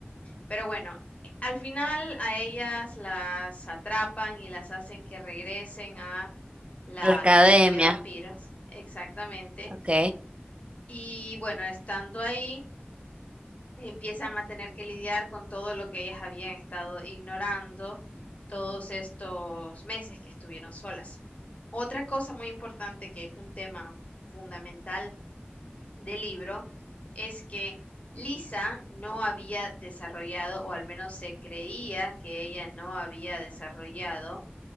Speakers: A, on the left; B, on the right.
A: Pero bueno, eh, al final a ellas las atrapan y las hacen que regresen a la
B: la academia.
A: Academia de Vampiros, exactamente.
B: Ok.
A: Y bueno, estando ahí, empiezan a tener que lidiar con todo lo que ellas habían estado ignorando todos estos meses que estuvieron solas. Otra cosa muy importante que es un tema fundamental del libro es que Lisa no había desarrollado, o al menos se creía que ella no había desarrollado